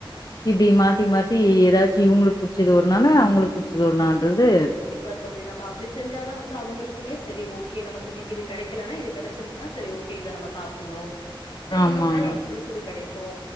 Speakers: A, on the left; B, on the left.
A: இப்படி மாத்தி மாத்தி ஏதாச்சு இவங்களுக்கு புடிச்சது ஒருனால அவங்களுக்கு புடிச்சத ஓருணான்றது
B: ஆ தோழி நம்ம அப்படி செஞ்சாதா வந்து அவங்களுக்குமே சரி ஓகே நமக்கு இன்னிக்கு இது கெடைக்கலன இது கெடைச்சிருக்கு ன்னா சரி ஓகே இத நம்ம சாப்புண்ணு சரி
A: ஆமாங்க.
B: இன்னொரு நாள் நமக்கு பிடிச்சது கெடைக்கோ